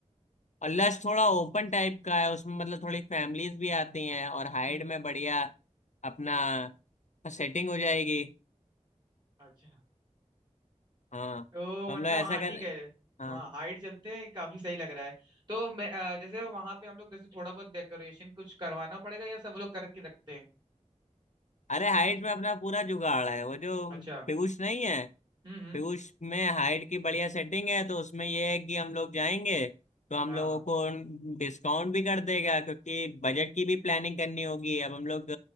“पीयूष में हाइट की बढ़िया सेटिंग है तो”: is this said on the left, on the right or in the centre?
Left